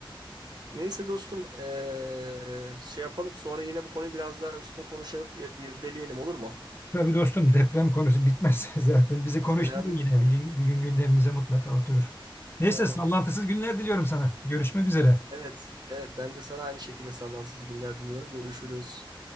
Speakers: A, on the right; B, on the left.
A: Neyse dostum eee, şey yapalım sonra yine bu konuyu biraz daha üstüne konuşup ir- irdeleyelim olur mu?
B: Tabii dostum deprem konusu bitmez <laughs> zaten. Bizi konuşturur
A: Önemli
B: yine.
A: bir konu.
B: Bir gün, bir gün gündemimize mutlaka oturur. Neyse
A: Tamam.
B: sallantısız günler diliyorum sana. Görüşmek üzere.
A: Evet, evet ben de sana aynı şekilde sallansız günler diliyorum. Görüşürüz.